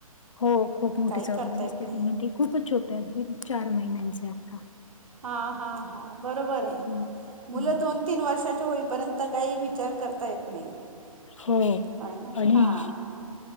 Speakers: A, on the left; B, on the right.
A: हो खूप मोठी
B: काही
A: जबाबदारी
B: करता येत
A: असते
B: नाही
A: ती म्हणजे खूपच छोटय अगदी चार महिन्यांच आहे आता.
B: हा, हा, हा बरोबर आहे
A: हं.
B: मुलं
A: हं.
B: दोन, तीन वर्षाचे होईपर्यंत आता काही विचार करता येत नाही
A: हो
B: होय ना
A: आणि
B: हां